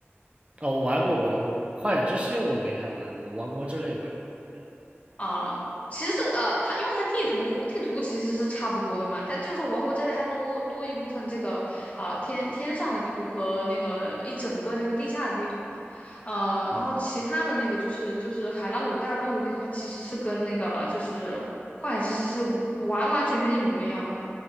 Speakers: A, on the right; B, on the left.
A: 哦，我玩过，我玩过《旷野之息》，我没太玩，我王国之泪玩过。对，
B: 啊、其实呃，它因为它地图地图其实是差不多的嘛，它就是王国这代它多多一部分这个啊、呃天天上的地图和那个一整个那个地下的地图嘛，呃，然后其他的那个就是就是海拉鲁大陆的地图，
A: 嗯，
B: 它其实是跟那个就是幻野之息是完完全全一模一样的，